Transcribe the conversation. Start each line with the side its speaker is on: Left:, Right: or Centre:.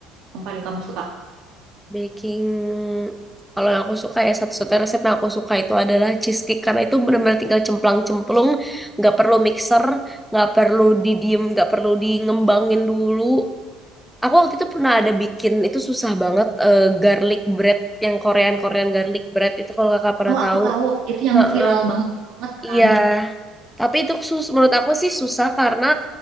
Right: yang paling kamu suka?
Centre: baking kalau yang aku suka ya satu-satunya resep yang aku suka itu adalah cheesecake karena itu benar-benar tinggal cemplang-cemplung nggak perlu mixer nggak perlu didiem nggak perlu di ngembangin dulu Aku waktu itu pernah ada bikin itu susah banget eh, garlic bread yang Korean Korean garlic bread itu kalau kakak pernah
Right: Oh,
Centre: tahu.
Right: aku tahu. Itu yang
Centre: Heeh,
Right: viral banget
Centre: iya,
Right: kan?
Centre: tapi itu sus menurut aku sih susah karena